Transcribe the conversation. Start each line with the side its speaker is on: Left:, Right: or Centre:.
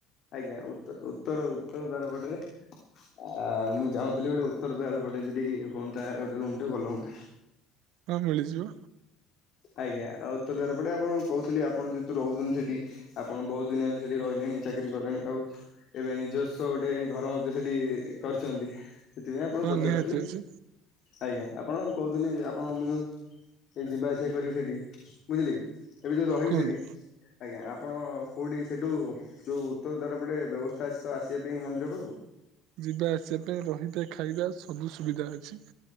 Left: ଆଜ୍ଞା ଉତ୍ତ ଉତ୍ତର ଉତ୍ତର ଦ୍ୱାରପଟରେ ଆ ମୁଁ ଚାଉଁଥିଲି ଗୋଟେ ଉତ୍ତର ଦ୍ୱାରା ପଟେ ଯଦି ହୁଅନ୍ତା ଗୋଟେ ରୁମ ଟେ ଭଲ ହୁଅନ୍ତା।
Right: ହଁ, ମିଳିଯିବ।
Left: ଆଜ୍ଞା ଆଉ ଉତ୍ତର ଦ୍ୱାର ପଟେ ଆପଣ କହୁଥିଲି ଆପଣ ଯେହେତୁ ରହୁଛନ୍ତି ସେଠି ଆପଣ ବହୁତ ଦିନ ହେଲାଣି ସେଠି ରହିଲେଣି ଚାକିରି କଲେଣି ଆଉ ଏବେ ନିଜସ୍ୱ ଗୋଟେ ଘର ମଧ୍ୟ ସେଠି କରିଛନ୍ତି। ସେଥିପାଇଁ ଆପଣଙ୍କୁ
Right: ହଁ
Left: ପଚାରୁଥିଲି।
Right: ନିହାତି ଅଛି
Left: ଆଜ୍ଞା ଆପଣ କହୁଥିଲି ଆପଣ ମୁଁ ଯୋଉ ଏ ଯିବା ଆସିବା କରିବି ସେଠି ବୁଝିଲେ କି ଏବେ ଯୋଉ ରହିବି
Right: କୁହନ୍ତୁ
Left: ସେଠି ଆଜ୍ଞା ଆପଣ କୋଉଠି ସେଇଠୁ ଯୋଉ ଉତ୍ତରଦ୍ୱାର ପଟେ ବ୍ୟବସ୍ଥା ଅଛି ତ ଆସିବା ପାଇଁ ମନ୍ଦିର ପାଖକୁ।
Right: ଯିବା ଆସିବା ପାଇଁ ରହିବା, ଖାଇବା ସବୁ ସୁବିଧା ଅଛି।